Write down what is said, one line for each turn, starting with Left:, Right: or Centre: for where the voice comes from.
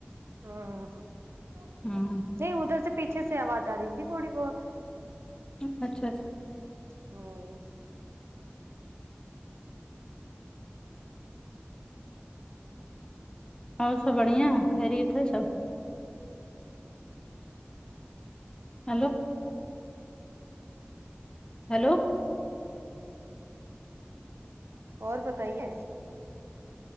Right: ہاں ہ ہ
Left: ہوں
Right: نہیں ادھر سے پیچھے سے آواز آ رہی تھی تھوڑی بہت
Left: اچھا اچھا
Right: ہوں
Left: ہو سب بڑھیا خرییت سب ہیلو ہیلو
Right: اور بتائیے